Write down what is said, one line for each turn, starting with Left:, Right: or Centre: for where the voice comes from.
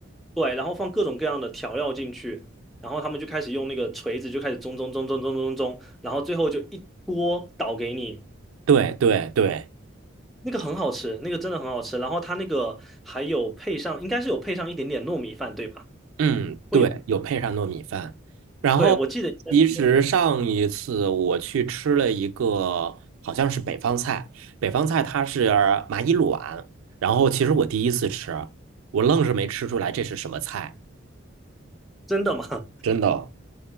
Centre: 对，然后放各种各样的调料进去，然后他们就开始用那个锤子就开始中中中中中中中，然后最后就一锅倒给你，
Right: 对对对，
Centre: 那个很好吃，那个真的很好吃。然后它那个还有配上，应该是有配上一点点糯米饭，对吧？
Right: 嗯，
Centre: 会有，
Right: 对，有配上糯米饭。然后其实上一次我去吃了一个，
Centre: 对，我记得应该是有，
Right: 好像是北方菜，北方菜它是蚂蚁卵，然后其实我第一次吃，我愣是没吃出来这是什么菜，
Centre: 真的吗？<laughs>
Right: 真的。